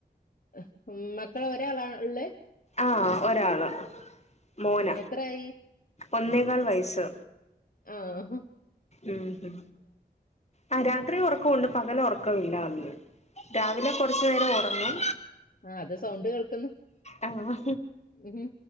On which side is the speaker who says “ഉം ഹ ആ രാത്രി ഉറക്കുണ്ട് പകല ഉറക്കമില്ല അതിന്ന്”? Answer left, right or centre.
Left